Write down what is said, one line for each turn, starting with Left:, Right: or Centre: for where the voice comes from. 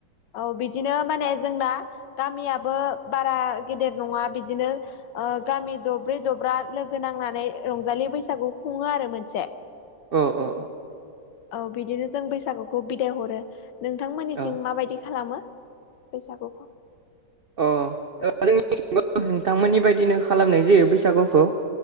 Left: औ बिदिनो माने जोंना गामियाबो बारा गेदेर नङा बिदिनो गामि दब्रै दब्रा लोगो नांनानै रंजालि बैसागु खुङो आरो मोनसे
Right: अ अ।
Left: औ बिदिनो जों बैसागुखौ बिदाय हरो नोंथांमोननिथिं
Right: औ औ
Left: माबादि खालामो? बैसागुखौ
Right: अ जोंनि नोंथांमोननि बायदिनो खालामनाय जायो बैसागुखौ